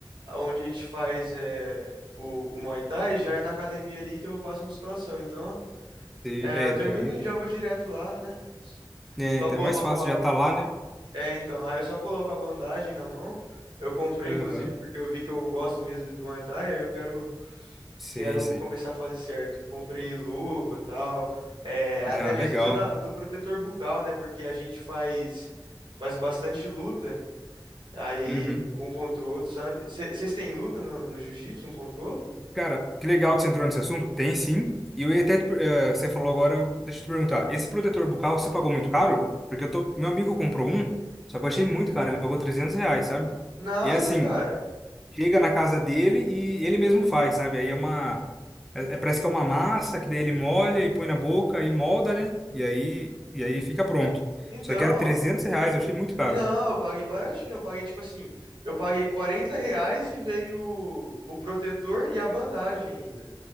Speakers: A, on the right; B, in the centre.
A: onde a gente faz é, o, o Muay Thai já é na academia ali que eu faço musculação. Então,
B: se-
A: é,
B: é,
A: eu termino
B: daí,
A: e já vou direto lá, né?
B: é,
A: Só
B: então
A: coloco
B: é mais fácil,
A: a.
B: já tá lá, né?
A: É, então. Aí eu só coloco a bandagem na mão. Eu comprei,
B: Aham,
A: inclusive, porque eu vi que eu gosto mesmo do Muay Thai, aí eu quero,
B: Sei,
A: quero
B: sei.
A: começar a fazer certo. Comprei luva e tal. É,
B: Não,
A: até
B: legal.
A: mesmo precisa da- do protetor bucal, né? Porque a gente faz, faz bastante luta. Aí,
B: Uhum.
A: um contra o outro, sabe? Vocês têm luta no, no jiu-jitsu, um contra o outro?
B: Cara, que legal que você entrou nesse assunto. Tem sim. E eu ia até, te per- eh, você falou agora, eu- deixa eu te perguntar. Esse protetor bucal, você pagou muito caro? Porque eu tô, meu amigo comprou um, só que eu achei muito caro, ele pagou 300 reais, sabe?
A: Nada,
B: E é assim,
A: cara.
B: chega na casa dele e ele mesmo faz, sabe? Aí é uma. É, é- parece que é uma massa que daí ele molha e põe na boca e molda, né? E aí, e aí fica pronto.
A: Então,
B: Só que era 300 reais, eu achei muito caro.
A: não, eu paguei baratinho. Eu paguei, tipo assim, eu paguei 40 reais e veio o, o protetor e a bandagem ainda.